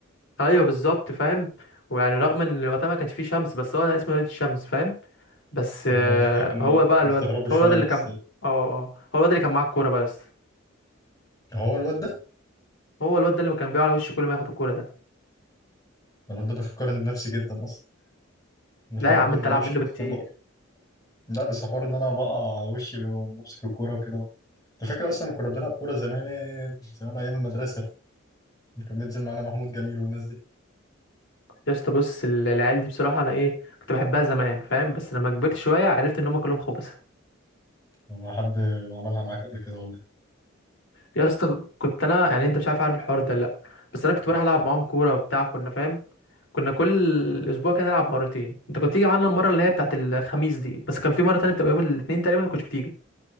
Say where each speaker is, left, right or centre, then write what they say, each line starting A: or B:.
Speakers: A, on the left; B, on the left.
A: ايوه بالظبط فاهم ويعني رغم ان وقتها ما كانش فيه شمس بس هو اسمه نادي الشمس فاهم بس آه،
B: الموضوع ده كان
A: هو
B: كنت
A: بقى الواد
B: مستغربه شوية
A: هو الواد اللي
B: بس
A: كان اه آه، اه، هو الواد اللي كان معاه الكوره بقى يا اسطى
B: هو الواد ده
A: هو الواد ده اللي كان بيقع على وشه كل ما ياخد الكوره ده
B: الواد ده بيفكرني بنفسي جدا أصلا أنا فعلا
A: لا يا عم
B: كل
A: انت
B: ما بمشي
A: العب منه
B: خطوتين
A: بكتير
B: بقع لا بس حوار إن أنا بقع على وشي بمسك الكورة وكده أنت فاكر أصلا لما كنا بنلعب كورة زمان زمان أيام المدرسة كان بينزل معانا محمود جميل والناس دي
A: يا اسطى بص ال- العيال دي بصراحه انا ايه كنت بحبها زمان فاهم بس لما كبرت شويه عرفت ان هم كلهم خبص
B: ما حد عملها معاك قبل كده ولا إيه؟
A: يا اسطى كنت انا يعني انت مش عارف عارف الحوار ده لا بس انا كنت بروح العب معاهم كوره وبتاع كنا فاهم كنا كل اسبوع كده نلعب مرتين انت كنت تيجي معانا المره اللي هي بتاعت الخميس دي بس كان في مره تانية بتبقى يوم الاثنين تقريبا ما كنتش بتيجي